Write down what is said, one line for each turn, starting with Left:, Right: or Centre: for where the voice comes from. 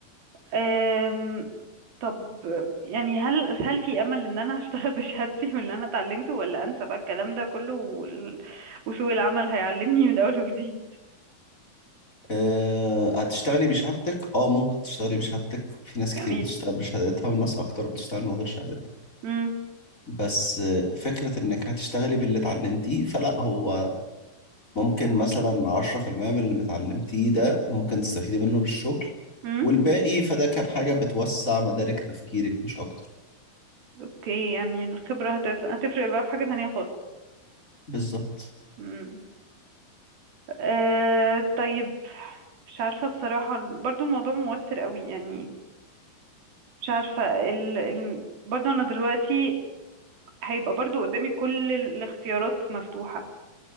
Right: أم... طب يعني هل هل في امل ان انا اشتغل <laughs> بشهادتي واللي انا اتعلمته ولا انسى بقى الكلام ده كله وال... وسوق العمل هيعلمني من اول وجديد
Left: أه هتشتغلي بشهادتك اه ممكن تشتغلي بشهادتك في ناس كتير
Right: <laughs> جميل
Left: بتشتغل بشهادتها وناس اكتر بتشتغل من غير شهادتها
Right: امم
Left: بس آه، فكرة انك هتشتغلي باللي اتعلمتيه فلا هو ممكن مثلا 10% من اللي متعلمتيه ده ممكن تستفيدي منه بالشغل
Right: امم
Left: والباقي فده كان حاجة بتوسع مدارك تفكيرك مش أكتر
Right: اوكي يعني الخبره هتف... هتفرق بقى في حاجه تانية خالص
Left: بالظبط
Right: امم أه... طيب مش عارفه بصراحه برضو الموضوع موتر قوي يعني مش عارفة ال... ال... برضه أنا دلوقتي هيبقى برضه قدامي كل الاختيارات مفتوحة